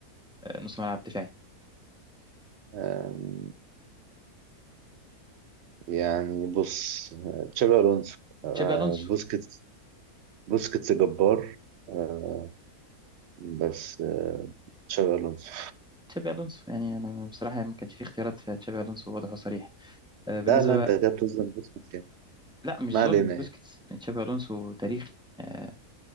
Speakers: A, in the centre; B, on the right.
A: كنص ملعب دفاعي
B: آم، يعني بص آه، تشابي الونسو آه،
A: تشابي ألونسو
B: بوسكيتس بوسكيتس جبار آه، بس آه، تشابي الونسو
A: تشابي ألونسو يعني أنا بصراحة ما كانش في اختيارات في تشابي ألونسو واضح وصريح آه، بالنسبة
B: لا لا
A: بقى
B: انت كده بتظلم بوسكيتس يعني
A: لا مش
B: ما
A: ظلم
B: علينا
A: لبوسكيتس
B: يعني
A: تشابي ألونسو تاريخي آه،